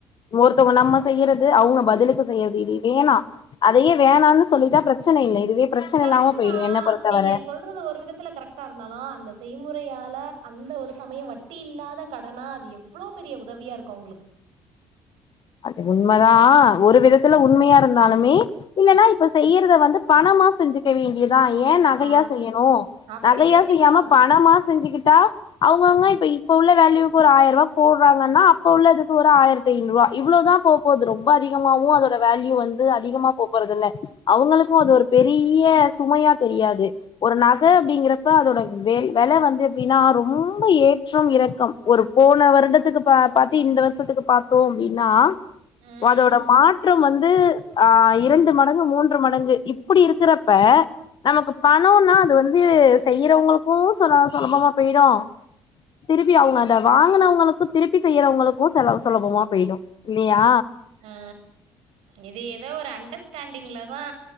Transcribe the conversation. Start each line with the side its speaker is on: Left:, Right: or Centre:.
Left: ஒருத்தவங்க நம்ம செய்யறது அவங்க பதிலுக்கு செய்யறது இது வேணா அதையே வேணான்னு சொல்லிட்டா பிரச்ச இல்ல இதுவே பிரச்சன
Right: கரெக்ட்டு
Left: இல்லாம போயிடு
Right: தா
Left: என்ன பொறுத்தவர
Right: நீங்க சொல்றது ஒரு விதத்துல கரெக்டா இருந்தாலு அந்த செய்முறையால அந்த ஒரு சமய வட்டி இல்லாத கடனா அது எவ்ளோ பெரிய உதவியா இருக்கு அவுங்களுக்கு
Left: அது உண்மதா ஒரு விதத்துல உண்மையா இருந்தாலுமே இல்லன்னா இப்ப செய்யறத வந்து பணம் மா செஞ்சுக்க வேண்டியது தா ஏ நகையா
Right: ஆ,
Left: செய்யணு
Right: அப்படி
Left: நகையா
Right: பேசிக்கணும்.
Left: செய்யாம பணமா செஞ்சிக்கிட்டா அவுங்க அவுங்க
Right: ம்,
Left: இப்ப இப்ப உள்ள வேல்யுக்கு ஒரு ஆயிரூவா போடுறாங்கன்னா அப்ப உள்ள துக்கு ஒரு ஆயிரத்தய்நூவா இவ்ளோதா போ போகுது ரொம்ப அதிகமாவு அதோட வேல்யூ வந்து அதிகமா போ போறது இல்ல அவுங்களுக்கு அது ஒரு பெரிய சுமையா தெரியாது ஒரு நகை அப்டிங்கறப்ப அதோட வெல் வெல வந்து எப்டின்னா ரொம்ப ஏற்றம் இறக்கும் ஒரு போன வருடத்துக்கு பாத்து இந்த வருஷத்துக்கு பாத்தோம் அப்டின்னா
Right: ம்,
Left: அதோட மாற்றம் வந் து ஆ இரண்டு மடங்கு மூன்று மடங்கு இப்புடி இருக்கிறப்ப நமக்கு பணொனா அது வந்து செய்யறவங்களுக்கு சொ சொலபமா போயிடு திருப்பி அவங்க அத வாங்கனவங்களுக்கு திருப்பி செய்யறவங்களுக்கு செலவு சுலபமா போயிடு இல்லியா
Right: ஆ இது ஏதோ ஒரு அண்டர்ஸ்டாண்டிங்லதா